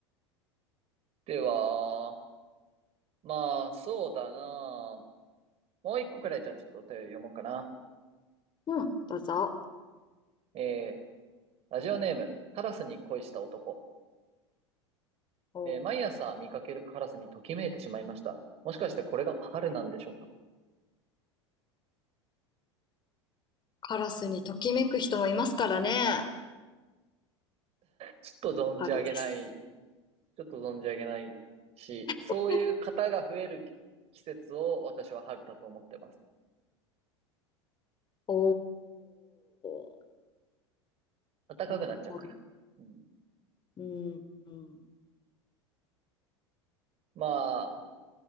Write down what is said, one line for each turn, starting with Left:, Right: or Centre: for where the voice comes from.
Right: では、まあ、そうだな。もう一個くらいじゃあちょっとお便り読もうかな。
Left: うん。どうぞ。
Right: えー、ラジオネーム、カラスに恋した男。
Left: おう
Right: えー毎朝見かけるカラスにときめいてしまいました。もしかしてこれが春なんでしょうか
Left: カラスにときめく人もいますからね。
Right: ちょっと存じ上げない、
Left: 春です。
Right: ちょっと存じ上げないし、そういう方が増える季節を私は春だと思ってます。
Left: <laughs> おー。
Right: 暖かくなっちゃうから。
Left: なるほど。
Right: うん、
Left: うん。うん
Right: まあ、